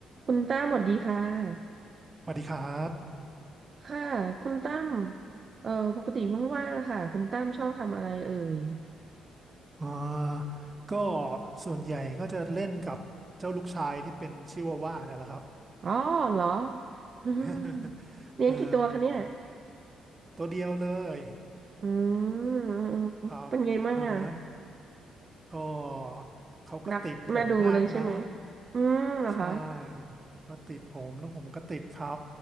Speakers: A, on the right; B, on the right.
A: คุณตั้มสวัสดีค่ะ
B: สวัสดีครับ
A: ค่ะ คุณตั้มเอ่อปกติว่างๆะค่ะคุณตั้มชอบทำอะไรเอ่ย
B: อ่าก็ส่วนใหญ่ก็จะเล่นกับเจ้าลูกชายที่เป็นชิวาว่าเนี่ยแหละครับ
A: อ๋อเหรออืม
B: <laughs>
A: <laughs> เลี้ยงกี่ตัวคะเนี่ย
B: เอ่อตัวเดียวเลย
A: อืม
B: ครับอ่าฮะ
A: เป็นไงบ้างอ่ะ
B: ก็เขาก็ติดผมมากนะ
A: รักมาดูเลยใช่ไหมอืมเหรอคะ
B: ใช่ เขาติดผมแล้วผมก็ติดเขา